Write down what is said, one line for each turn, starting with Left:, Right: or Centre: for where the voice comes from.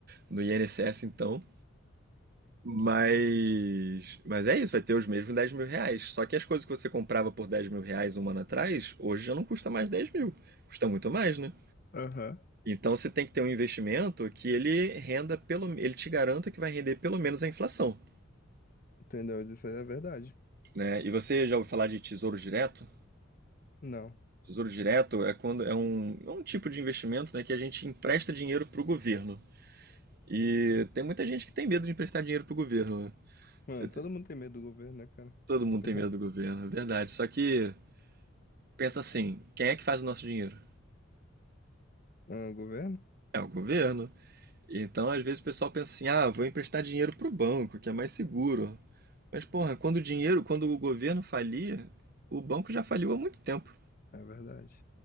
Right: no INSS, então. Mas, mas é isso, vai ter os mesmos dez mil reais. Só que as coisas que você comprava por dez mil reais um ano atrás, hoje já não custa mais dez mil. Custa muito mais, né?
Left: <laughs> Aham.
Right: Então você tem que ter um investimento que ele renda pelo, ele te garanta que vai render pelo menos a inflação,
Left: Entendeu? Isso aí é verdade.
Right: né? E você já ouviu falar de tesouro direto?
Left: Não.
Right: Tesouro direto é quando é um, é um tipo de investimento, né, que a gente empresta dinheiro para o governo. E tem muita gente que tem medo de emprestar dinheiro pro governo. né?
Left: Mano,
Right: Você te-
Left: todo mundo tem medo do governo, né, cara?
Right: Todo mundo
Left: <laughs>
Right: tem medo do governo, é verdade. Só que pensa assim, quem é que faz o nosso dinheiro?
Left: Ah, governo?
Right: É o governo. Então, às vezes o pessoal pensa assim: "Ah, vou emprestar dinheiro pro banco, que é mais seguro". Mas porra, quando o dinheiro, quando o governo falia, o banco já faliu há muito tempo,
Left: É verdade.